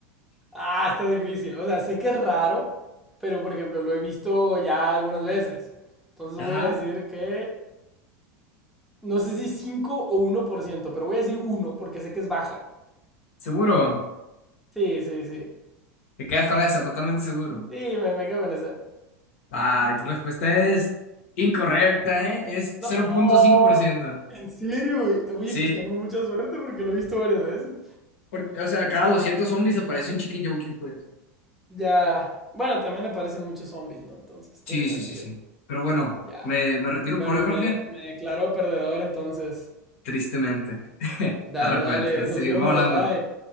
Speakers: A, in the centre; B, on the left.
A: Ah, está difícil. O sea, sé que es raro, pero por ejemplo, lo he visto ya algunas veces. Entonces
B: Ajá,
A: voy a decir que. No sé si 5 o uno por ciento, pero voy a decir uno porque sé que es baja.
B: seguro.
A: Sí, sí, sí.
B: Te quedas con esa, totalmente seguro.
A: Sí, me, me quedo con esa.
B: Ay, tu respuesta es incorrecta, ¿eh? Es
A: No,
B: 0.5%.
A: en serio, güey? oye,
B: Sí,
A: pues tengo mucha suerte porque lo he visto varias veces.
B: porque, o sea, cada 200 zombies aparece un chicken jockey, pues.
A: Ya, bueno, también aparecen muchos zombies, ¿no? Entonces, tiene
B: Sí,
A: sentido.
B: sí, sí, sí. Pero bueno,
A: Ya.
B: me, me retiro
A: Bueno,
B: por hoy, Jorge.
A: me, me declaró perdedor, entonces.
B: Tristemente. <laughs>
A: Dale,
B: Arrepiento.
A: dale,
B: Seguimos
A: nos vemos,
B: hablando.
A: bye.